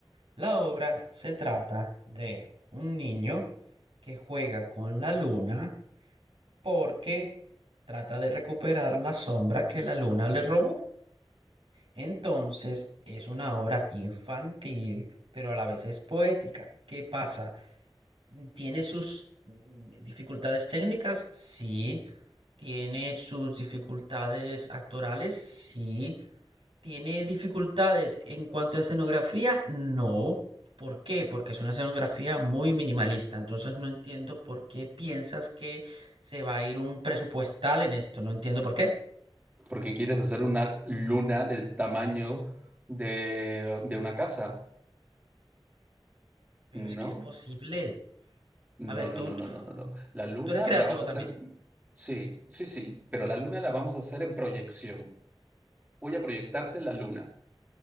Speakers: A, on the right; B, on the right.
A: La obra se trata de un niño que juega con la luna porque trata de recuperar la sombra que la luna le robó. Entonces es una obra infantil, pero a la vez es poética. ¿Qué pasa? ¿Tiene sus mm, dificultades técnicas? Sí. ¿Tiene sus dificultades actorales? Sí. ¿Tiene dificultades en cuanto a escenografía? No. ¿Por qué? Porque es una escenografía muy minimalista. Entonces no entiendo por qué piensas que se va a ir un presupuestal en esto. No entiendo por qué.
B: Porque quieres hacer una luna del tamaño de, de una casa,
A: Pero
B: ¿no?
A: es que es posible.
B: No,
A: A ver,
B: no,
A: tú,
B: no, no, no, no, no. La luna
A: tú eres creativo
B: la vas a
A: también.
B: hacer, sí, sí, sí, pero la luna la vamos a hacer en proyección. Voy a proyectarte la luna.